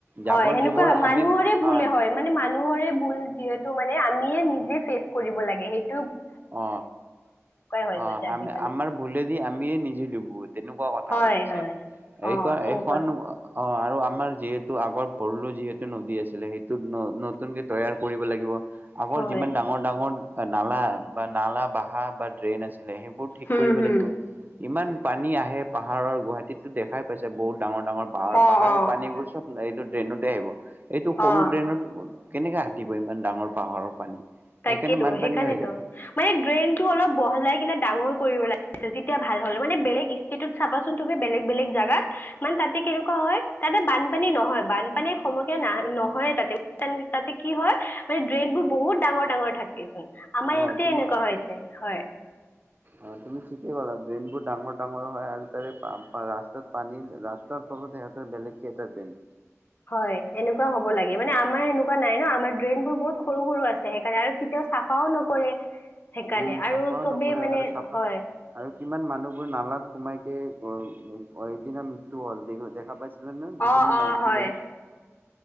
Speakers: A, on the left; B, on the right.
A: হয়
B: জাৱৰ
A: সেনেকুৱা
B: জুৱৰ
A: মানুহৰে
B: আমি
A: ভুলে
B: হা
A: হয় মানে মানুহৰে ভুল যিহেতু মানে আমিয়ে নিজে চেভ কৰিব লাগে সেই
B: অ
A: হৈ
B: অ
A: গৈছে আজিকালি
B: আম আমাৰ ভুলেদি আমিয়ে নিজে ডুবো তেনেকুৱা কথা
A: হয়
B: হৈ গৈছে
A: হয় অ
B: এইখ
A: সেনেকুৱা
B: এইখন অ অ আৰু আমাৰ যিহেতু আগৰ ভৰলো যিহেতু নদী আছিলে সেই ন নতুনকে তৈয়াৰ কৰিব লাগিব আগৰ
A: হয়
B: যিমান ডাঙৰ ডাঙৰ নালা নালা বাহা বা ড্ৰেইন আছে সেইবোৰ ঠিক
A: হম
B: কৰিব
A: হম
B: লাগিব ইমান পানী আহে সেই পাহাৰৰ গুৱাহাটীততো দেখাই পাইছা বহুত ডাঙৰ ডাঙৰ পাহাৰ
A: অ
B: পাহাৰৰ
A: অ
B: পানীবোৰ চব এইটো ড্ৰেইনতে আহিব এইটো সৰু
A: অ
B: ড্ৰেইনত কেনেকে আটিব ইমান ডাঙৰ পাহাৰৰ পানী সেইকাৰণে
A: তাকেইতো
B: বানপানী
A: সেইকাৰনেইতো
B: হৈ যায়
A: মানে ড্ৰেইন টো অলপ বহলাই কিনে ডাঙৰ কৰিব লাগিছিল তেতিয়া ভাল হ'ল মানে বেলেগ ষ্টেটত চাবাচোন তুমি বেলেগ বেলেগ জাগাত মানে তাতে কেনেকোৱা হয় তাতে বানপানী নহয় বানপানীৰ সমস্যা নাই নহয়ে তাতে তাতে কি হয় মানে ড্ৰেইনবোৰ বহুত ডাঙৰ ডাঙৰ থাকেচোন আমাৰ
B: অ',
A: ইয়াতে
B: তুমি
A: এনেকোৱা হৈছে হয়
B: অ', তুমি ঠিকেই ক'লা ড্ৰেইনবোৰ ডাঙৰ ডাঙৰ হয় আৰু তাৰে ৰাস্তাত পানী ৰাস্তাৰ তলত সিহঁতৰ বেলেগ কে এটা ড্ৰেইন
A: হয় এনেকোৱা হ'ব লাগে মানে আমাৰ এনেকোৱা নাই ন আমাৰ ড্ৰেইন বোৰ বহুত সৰু সৰু আছে সেইকাৰণে আৰু কেতিয়াও চাফাও নকৰে সেইকাৰণে
B: উম চাফাও
A: আৰু চবেই
B: নকৰে
A: মানে
B: আৰু চাফা
A: হয়
B: আৰু কিমান মানুহবোৰ নালাত সোমাই কে অ এদিন আমি তো হল দেখা পাইছিলানে দুজনী
A: অ অ
B: মাইকী
A: হয়
B: গন